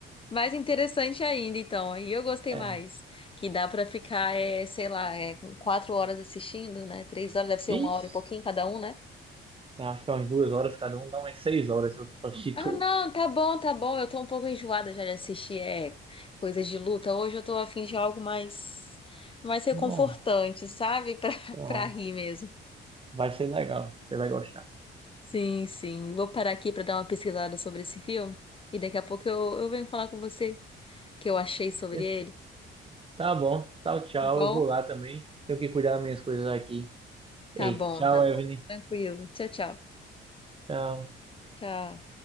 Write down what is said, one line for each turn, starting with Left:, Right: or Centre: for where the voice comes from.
Left: Mais interessante ainda, então. E eu gostei
Right: É.
Left: mais. Que dá pra ficar, é, sei lá, é, quatro horas assistindo, né? Três horas, deve ser uma
Right: Ixi,
Left: hora e pouquinho cada um, né?
Right: eu acho que é umas duas horas, cada um dá umas seis horas se você for assistir
Left: Ah,
Right: todos.
Left: não, tá bom, tá bom. Eu tô um pouco enjoada já de assistir é, coisas de luta. Hoje eu tô a fim de algo mais, mais reconfortante,
Right: Bom,
Left: sabe? <laughs> Pra,
Right: pronto.
Left: pra rir mesmo.
Right: Vai ser legal, você vai gostar.
Left: Sim, sim. Vou parar aqui pra dar uma pesquisada sobre esse filme. E daqui a pouco eu, eu venho falar com você o que eu achei sobre
Right: E-
Left: ele.
Right: Tá bom, tchau, tchau.
Left: Tá Bom?
Right: Eu vou lá também. Tenho que cuidar das minhas coisas aqui.
Left: Tá
Right: Ei,
Left: bom,
Right: tchau,
Left: tá bom.
Right: Evelyn.
Left: Tranquilo. Tchau, tchau.
Right: Tchau.
Left: Tchau.